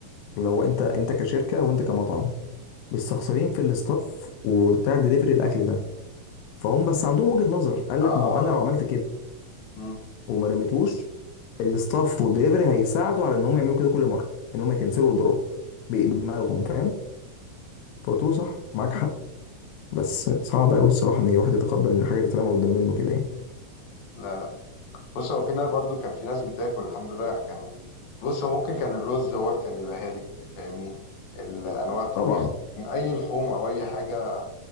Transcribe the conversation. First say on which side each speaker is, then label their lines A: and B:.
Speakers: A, on the left; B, on the left.
A: لو انت انت كشركه وانت كمطعم مستخسرين
B: مم.
A: في الاستاف وبتاع دليفري الاكل ده فهم بس عندهم وجهه نظر قال
B: اه
A: لك ما هو انا لو عملت كده
B: مم.
A: وما رميتوش الاستاف والدليفري هيساعدوا على ان هم يعملوا كده كل مره ان هم يكنسلوا اوردرات ب- بدماغهم فاهم فقلت له صح معاك حق بس صعب قوي الصراحه ان الواحد يتقبل ان حاجه تترمى قدام منه كده يعني
B: لا لا بص هو في ناس برضو كان في ناس بتاكل الحمد لله كان بص هو ممكن كان الرز هو اللي كان يبقى هالك فاهمني الانواع الطبيخ
A: طبعا
B: من اي لحوم او اي حاجه